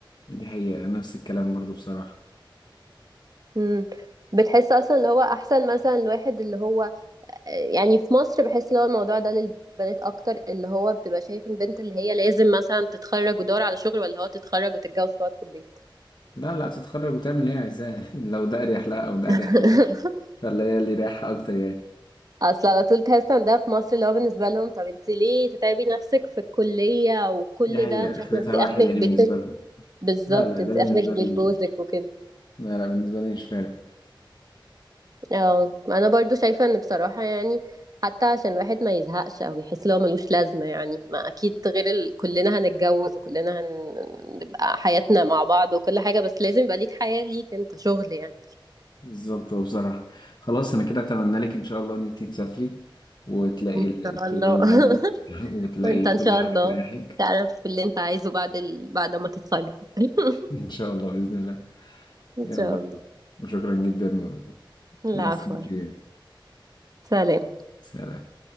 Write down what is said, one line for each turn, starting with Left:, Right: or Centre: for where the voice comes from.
Left: دي حقيقه نفس الكلام برضو بصراحه
Right: امم بتحس اصلا اللي هو احسن مثلا الواحد اللي هو يعني في مصر بحس اللي هو الموضوع ده للبنات اكتر اللي هو بتبقى شايف البنت اللي هي لازم مثلا تتخرج ودور على شغل ولا هو تتخرج وتتجوز وتقعد في البيت
Left: لا لا تتخرج وتعمل اللي هي عايزاه <laughs> لو ده اريح لها او ده
Right: <laughs>
Left: اريح لها فاللي هي اللي رايحه اكتر يعني
Right: اصل على طول تحس ان ده في مصر اللي هو بالنسبه لهم طب انت ليه تتعبي نفسك في الكليه وكل
Left: دي حقيقه
Right: ده مش
Left: اخرتها
Right: عارفه انت اخرك
Left: واحد يعني
Right: بيتك
Left: بالنسبه لهم
Right: بالظبط
Left: لا لا
Right: انت
Left: ده بالنسبه
Right: اخرك بيت
Left: لي
Right: جوزك وكده
Left: لا لا بالنسبه لي مش فارق
Right: اه انا برضو شايفة ان بصراحة يعني حتى عشان الواحد ما يزهقش او يحس لو ملوش لازمة يعني ما اكيد غير ال... كلنا هنتجوز وكلنا هنبقى حياتنا مع بعض وكل حاجة بس لازم يبقى ليك حياة ليك انت شغل يعني
Left: بالظبط هو بصراحة خلاص أنا كده أتمنى لك إن شاء الله إن أنتي تسافري وتلاقي
Right: <laughs> ان
Left: ال-
Right: شاء
Left: الشغل
Right: الله
Left: اللي عاجبك <laughs>
Right: <laughs>
Left: وتلاقي
Right: وانت
Left: كل
Right: ان شاء
Left: حاجة
Right: الله
Left: تريحك
Right: تعرف اللي انت عايزه بعد ال... بعد ما تتخرج <laughs>
Left: إن شاء الله بإذن الله
Right: ان
Left: يلا
Right: شاء الله
Left: وشكرا جدا و-
Right: العفو
Left: nice to meet you.
Right: سلام
Left: سلام